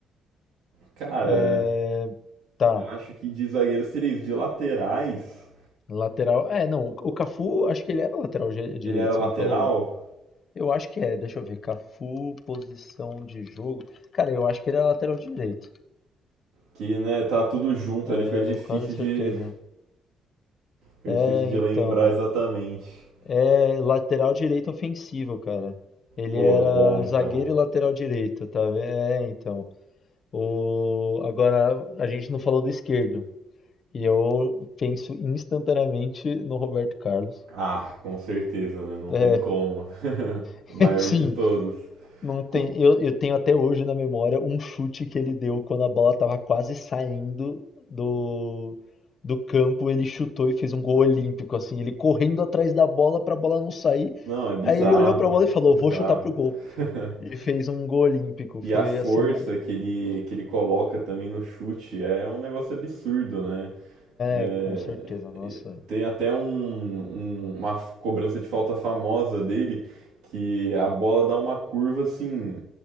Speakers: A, on the right; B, on the left.
A: Cara,
B: é... Tá.
A: eu acho que de zagueiro seria isso. De laterais,
B: Lateral. É, não. O o Cafu, acho que ele era lateral ge- direito,
A: ele era lateral,
B: você não falou? Eu acho que é. Deixa eu ver. Cafu, posição de jogo. Cara, eu acho que ele é lateral direito.
A: que, né, tá tudo junto ali, fica
B: É,
A: difícil
B: quase
A: de,
B: certeza.
A: fica
B: É,
A: difícil de
B: então.
A: lembrar exatamente.
B: É lateral direito ofensivo, cara. Ele
A: Pô,
B: era
A: bom então.
B: zagueiro e lateral direito, tá vendo? É, então. O... Agora, a gente não falou do esquerdo. E eu penso instantaneamente no Roberto Carlos.
A: Ah, com certeza, né? Não
B: É,
A: tem como. <laughs>
B: <laughs>
A: O maior
B: sim,
A: de todos.
B: não tem.
A: Cu-
B: Eu, eu tenho até hoje na memória um chute que ele deu quando a bola estava quase saindo do, do campo. Ele chutou e fez um gol olímpico, assim, ele correndo atrás da bola para a bola não sair.
A: Não, é bizarro,
B: Aí ele olhou para a bola e falou:
A: é
B: Vou
A: bizarro.
B: chutar pro gol.
A: <laughs>
B: E fez um gol olímpico. Foi
A: E a força
B: assim.
A: que ele, que ele coloca também no chute é um negócio absurdo, né? É,
B: É, com certeza, nossa.
A: tem até um, um- uma cobrança de falta famosa dele, que a bola dá uma curva assim.